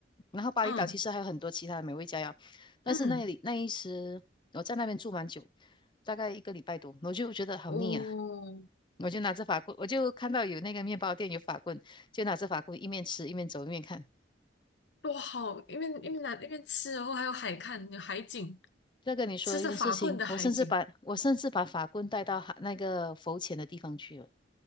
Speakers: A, on the left (about 25°); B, on the left (about 70°).
A: 然后巴厘岛其实还有很多其他的美味佳肴，
B: 嗯
A: 但是那里那一时我在那边住蛮久，
B: 嗯，
A: 大概一个礼拜多，我就觉得好腻啊，
B: 哦，
A: 我就拿着法棍，我就看到有那个面包店有法棍，就拿着法棍一面吃一面走一面看。
B: 多好！一面一面拿一面吃，然后还有海看，有海景，
A: 再跟你说一件事情，
B: 吃着法棍的海景，
A: 我甚至把我甚至把法棍带到海那个浮潜的地方去了。